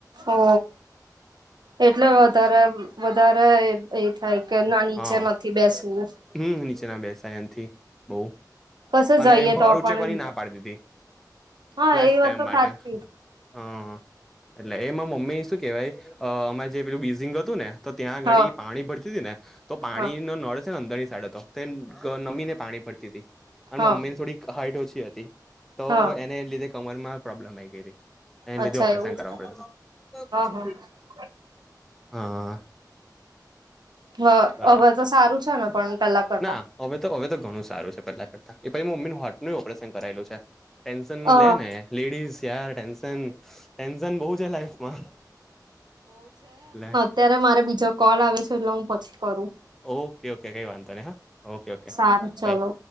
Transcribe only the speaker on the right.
ઓ એટલે વધારે વધારે એ થાય કે ના નીચે
નથી બેસવું
કશે
જઈએ
તો
પણ
હા
એ
વાત તો
સાચી
હા
હા
હા
હા
અચ્છા
એવું
છે
<inaudible>
હ
હવે તો સારું છે ને પણ પેલા કરતા
અ
ત્યારે મારે બીજો કોલ આવે છે એટલે હું પછી કરું.
સારું ચલો